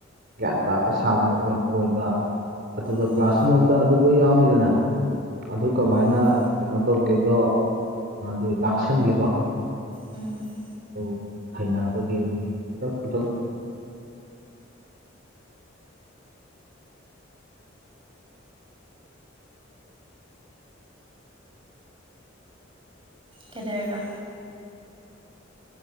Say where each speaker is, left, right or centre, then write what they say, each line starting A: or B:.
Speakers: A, on the right; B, on the right.
A: ꯒ꯭ꯌꯥꯟ ꯇꯥꯕ ꯁꯥꯕ ꯑꯣꯏꯕ ꯑꯗꯨꯒ
B: ꯎꯝ
A: ꯀ꯭ꯂꯥꯁꯔꯨꯝ ꯑꯃꯗ ꯑꯗꯨ ꯂꯣꯏ ꯌꯥꯎꯅꯤꯗꯅ ꯑꯗꯨ ꯀꯃꯥꯏꯅ
B: ꯎꯝ
A: ꯀꯩꯅꯣ ꯇꯧꯒꯦꯗꯣ ꯑꯗꯨ ꯂꯥꯛꯁꯟꯒꯦꯗꯣ
B: ꯎꯝ ꯎꯝ
A: ꯑꯗꯨ ꯍꯩꯅꯕꯒꯤ ꯈꯨꯗꯛ ꯈꯨꯗꯛ
B: ꯀꯩꯖꯧꯑꯕ